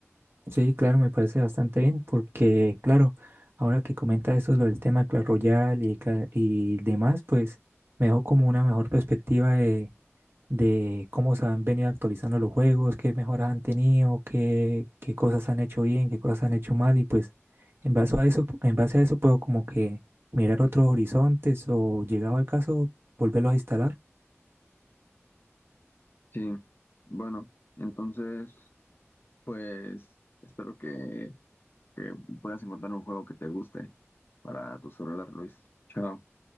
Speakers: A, on the right; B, on the left.
A: Sí, claro, me parece bastante bien porque, claro, ahora que comenta eso, lo del tema Clash Royale y, ca- y demás, pues me dejó como una mejor perspectiva de, de cómo se han venido actualizando los juegos, qué mejoras han tenido, qué, qué cosas han hecho bien, qué cosas han hecho mal y pues en base a eso, en base a eso puedo como que mirar otros horizontes o llegado al caso, volverlos a instalar.
B: Sí, bueno, entonces, pues espero que que puedas encontrar un juego que te guste para tu celular, Luis. Chao.